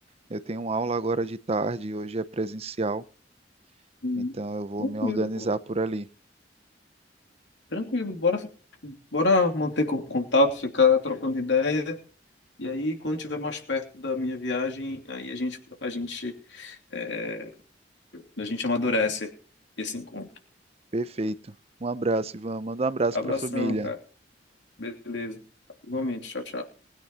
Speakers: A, on the right (about 35°); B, on the left (about 75°).
A: eu tenho aula agora de tarde, hoje é presencial,
B: Uhum.
A: então eu vou
B: Tranquilo,
A: me organizar
B: pô.
A: por ali.
B: Tranquilo, bora, bora manter co- contato, ficar trocando ideia. E aí, quando tiver mais perto da minha viagem, aí a gente, a gente, é, a gente amadurece esse encontro.
A: Perfeito. Um abraço, Ivan. Manda um abraço
B: Abração,
A: para a família.
B: cara. Beleza. Igualmente. Tchau, tchau.